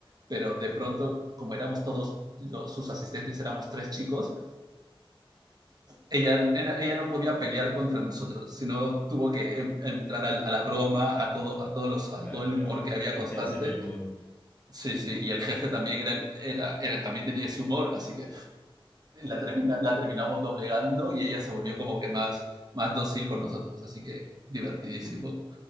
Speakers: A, on the right; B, on the left.
A: pero de pronto, como éramos todos los- sus asistentes, éramos tres chicos, ella, ena- ella no podía pelear contra nosotros, sino tuvo que em- entrar al- a, la broma, a todo, a todos los, a
B: Claro,
A: todo el
B: ya
A: humor que había
B: meterse
A: constante.
B: en el mood.
A: Sí, sí, y el jefe también era, el- era, era- también tenía ese humor, así que la, termina- la terminamos doblegando y ella se volvió como que más, más dócil con nosotros, así que divertidísimo.